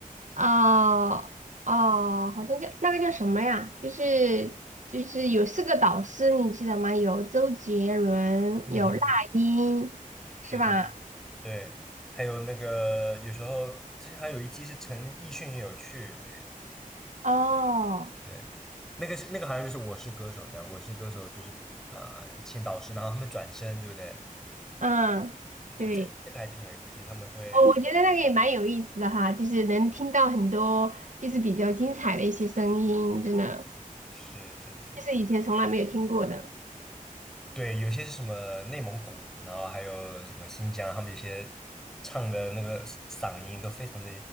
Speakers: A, on the right (about 60°); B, in the centre.
A: 哦哦，好像叫那个叫什么呀？就是就是有四个导师，你记得吗？有周杰伦，
B: 嗯哼，
A: 有那英，是吧？
B: 对对。对，还有那个有时候之前还有一季是陈奕迅也有去，
A: 哦，
B: 对，那个是那个好像就是《我是歌手》这样，《我是歌手》就是啊、呃请导师，然后他们转身，对不对？
A: 嗯。
B: 对，
A: 对。
B: 这个这个还挺有意思，就是他们会
A: 哦，我觉得那个也蛮有意思的哈，就是能听到很多就是比较精彩的一些声音，真的，
B: 是是是，
A: 就是以前从来没有听过的。
B: 对，有些是什么内蒙古，然后还有什么新疆，他们有些唱的那个嗓音都非常的